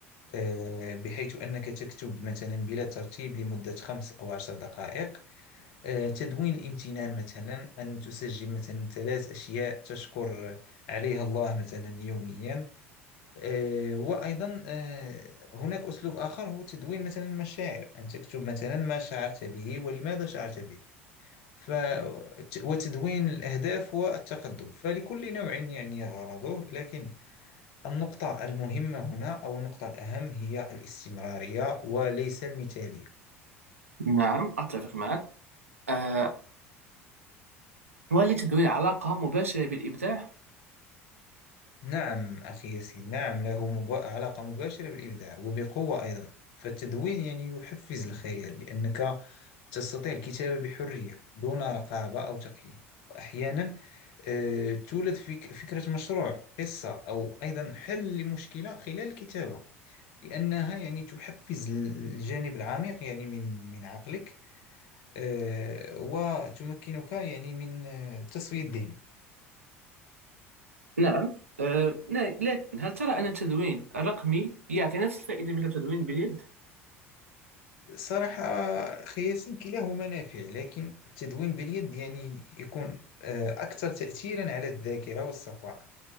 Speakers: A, on the left; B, on the right.
A: آه، بحيث أنك تكتب مثلا بلا ترتيب لمدة خمس أو عشر دقائق آه، تدوين الامتنان مثلا أن تسجل مثلا ثلاث أشياء تشكر عليها الله مثلا يوميا آه، وأيضا آه، هناك أسلوب آخر هو تدوين مثلا المشاعر أن تكتب مثلا ما شعرت به ولماذا شعرت به ف... وتدوين الأهداف والتقدم فلكل نوع يعني غرضه لكن النقطة المهمة هنا أو النقطة الأهم هي الاستمرارية وليس المثالية
B: نعم أتفق معك آه، وهل للتدوين علاقة مباشرة بالإبداع؟
A: نعم أخي ياسين نعم له مب... علاقة مباشرة بالإبداع وبقوة أيضا فالتدوين يعني يحفز الخيال لأنك تستطيع الكتابة بحرية دون رقابة أو تقييم وأحيانا آه، تولد فيك فكرة مشروع قصة أو أيضا حل لمشكلة خلال الكتابة لأنها يعني تحفز الجانب العميق يعني من من عقلك آه، وتمكنك يعني من آه، تسوية ذهنك
B: نعم أه لا- لكن هل ترى أن التدوين الرقمي يعطي نفس الفائدة مثل التدوين باليد؟
A: صراحة أخي ياسين كلاهما نافع لكن التدوين باليد يعني يكون آه، أكثر تأثيرا على الذاكرة والصفاء